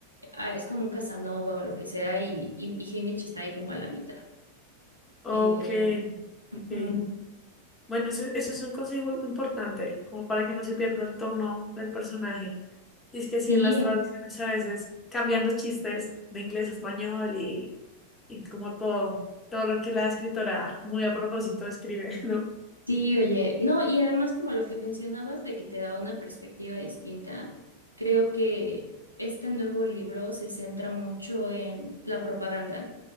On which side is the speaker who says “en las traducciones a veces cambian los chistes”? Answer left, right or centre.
Left